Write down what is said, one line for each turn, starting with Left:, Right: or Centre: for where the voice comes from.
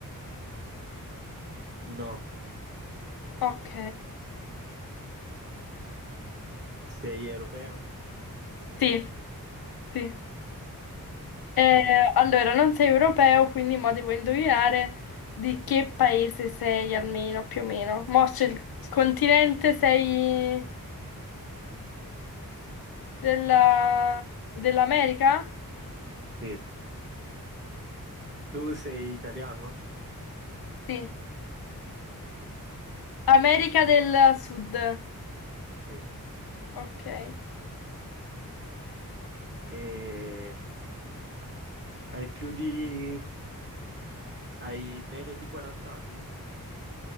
Right: no,
Left: Ok,
Right: sei europeo?
Left: sì, sì.
Right: Va
Left: Eh,
Right: bene.
Left: allora, non sei europeo, quindi mo devo indovinare di che paese sei almeno, più o meno. Mo c'è il il continente, sei... Della... Dell'America?
Right: Sì. Tu sei italiano?
Left: Sì, America del Sud.
Right: Sì.
Left: Ok.
Right: E hai più di... hai meno di 40 anni?